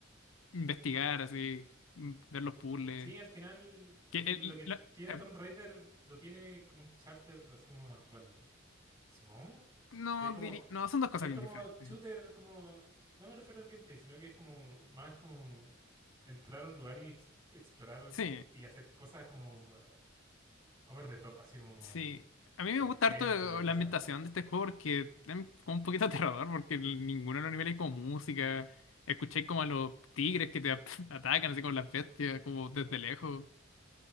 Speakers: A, on the left; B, on the right.
A: investigar, así, mm, ver los puzzles.
B: Sí, al final
A: Que
B: lo
A: el-
B: que
A: la-
B: tiene
A: eh,
B: Tomb Raider lo tiene como un charter así como actual, supongo.
A: no,
B: Que es como,
A: diri- no, son dos cosas
B: es como
A: bien diferentes.
B: shooter, como, no me refiero al gameplay, sino que es como, más como entrar a un lugar y ex- explorar
A: Sí,
B: y hacer cosas como eh, over the top, así como
A: sí. A mí me
B: en
A: gusta
B: templo
A: harto
B: y cosas.
A: eh, la ambientación de este juego porque es como un poquito <laughs> aterrador, porque en ninguno de los niveles hay como música. Escuché como a los tigres que te ap- <laughs> atacan, así como las bestias, como desde lejos.